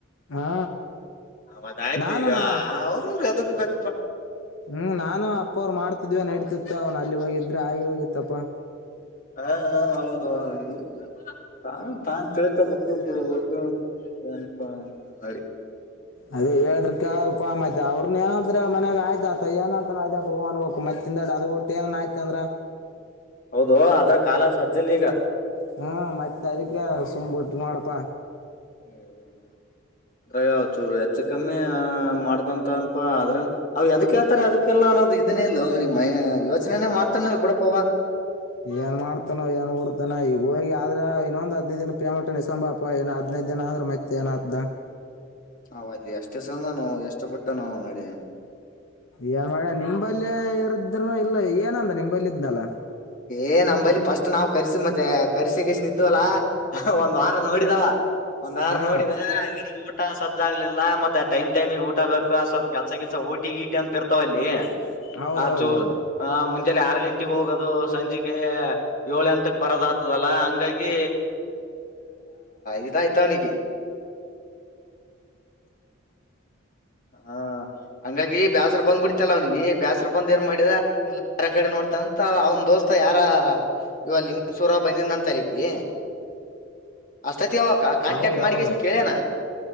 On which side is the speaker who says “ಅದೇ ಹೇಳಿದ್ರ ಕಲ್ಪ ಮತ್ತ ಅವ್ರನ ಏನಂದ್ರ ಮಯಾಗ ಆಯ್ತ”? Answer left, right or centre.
Left